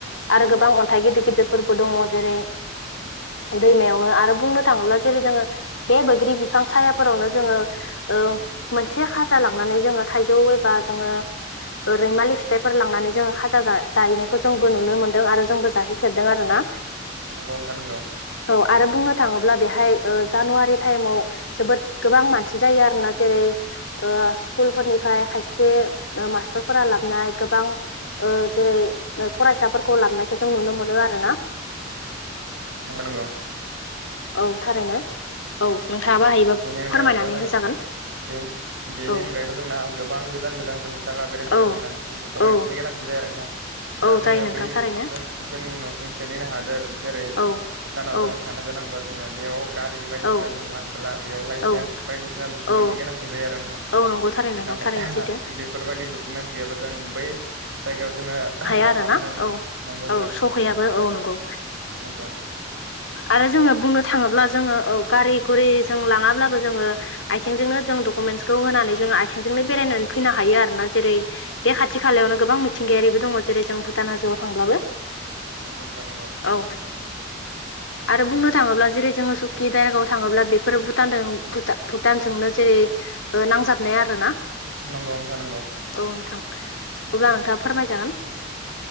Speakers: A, on the left; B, on the right.
A: आरो
B: नंगौ
A: गोबां अन्थाइ गिदिर गिदिरफोरबो दङ जेरै दैमायाव आरो बुंनो थाङोब्ला जेरै जोङो बे बैग्रि बिफां साया फोरावनो जोङो ओ मोनसे एसे खाजा लांनानै जोङो थाइजौ एबा जोङो रैमालि फिथाइफोर लांनानै जोङो खाजा जाहैनायखौ जोंबो नुनो मोन्दों आरो जोंबो जाहैफेरदों आर ना
B: नंगौ नोंथां नंगौ
A: औ आरो बुंनो थाङोब्ला बेहाय जानुवारि टाइमाव जोबोद गोबां मानसि जायो आरोोना जेरै स्कुलफोरनिफ्राय खायसे मास्टारफोरा लाबनाय गोबां जेरै फरायसाफोरखौ लाबोनायखौ जों नुनो मोनो आर ना
B: नोंगौ नोंगौ
A: औ थारैनो औ नोंथाङाबो
B: बेनि
A: हायोबा
B: अनगायैबोथ'
A: फोरमायनानै
B: जोङो
A: होजागोन
B: बेनि
A: औ
B: अनगायैबो जोंना गोबां गोजान गोजान जों जायगा बेरायनो थाखाय
A: औ
B: जोंना डकुमेन्टसनि
A: औ
B: गोनां नोंथां
A: औ
B: दा जोङो
A: जायो नोंथां
B: बै
A: थारैनो
B: जोंनि न'सुंसेनिनो हादोर जेरै
A: औ
B: भुटानाव
A: औ
B: जो थांनो गोनांब्ला जोङो बेयाव गारि बाय
A: औ
B: जों लांबोब्ला बेयाव लाइसेन्स
A: औौ
B: बायदिसिना दडकुमेन्टनि
A: औ
B: गोनांथि जायो आरो नोंथां
A: औ नंगौ थारैनो नोंथां
B: आरो
A: थारैनो सैथो
B: बेफोरबायदि डकुमेन्टस गैयाबा जों बै जायगायाव जोङो
A: आरो
B: हाबनो
A: ना
B: मोना
A: औ
B: नंगौ
A: औ सहैयाबो औ नंगौ
B: नोंगौ
A: आरो जोङो बुंनो थाङोब्ला जोङो औ गारि गुरि जों लाङाब्लाबो जोङो आथिंजोंनो जों दकुमेन होनानै जोंङो आथिंजोंनो बेरायनानै फैनो हायो आरो ना जेरै बे खाथि खालायावनो गोबां मिथिंगायारिबो दङ जेरै जों भुटान हाजोआव थांब्लाबो
B: नंगौ नोंथां नोंगौ
A: औ
B: <inaudible>
A: आरो बुंनो थाङोब्ला जेरै जोङो सुक्कि दायगायाव थाङोब्ला बेफोर भुटान भुटानजोंनो जेरै नांजाबनाया आरोना औ
B: नंगौ नोंथां नंगौ
A: नोंथां अब्ला नोंथाङा फोरमायजागोन